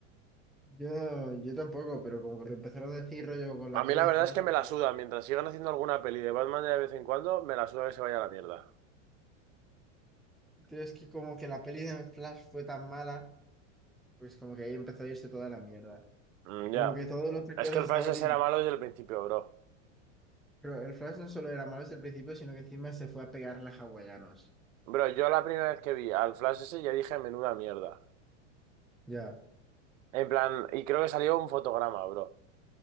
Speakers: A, in the centre; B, on the right (about 80°).
A: yo, yo tampoco, pero como que lo empezaron a decir rollo con la
B: A mí
A: peli
B: la
A: de
B: verdad
A: Flash.
B: es que me
A: que
B: la suda. Mientras sigan haciendo alguna peli de Batman de vez en cuando, me la suda que se vaya a la mierda.
A: ya. Tío, Es que como que la peli de Flash fue tan mala. Pues como que ahí empezó a irse toda la mierda.
B: Mm,
A: Y
B: ya.
A: como que todos los sectores
B: Es que el
A: estaban...
B: Flash ese
A: in-
B: era malo desde el principio, bro.
A: Pero el Flash no solo era malo desde el principio, sino que encima se fue a pegarle a hawaianos.
B: Bro, yo la primera vez que vi al Flash ese ya dije, menuda mierda.
A: Ya,
B: En plan, y creo que salió un fotograma, bro.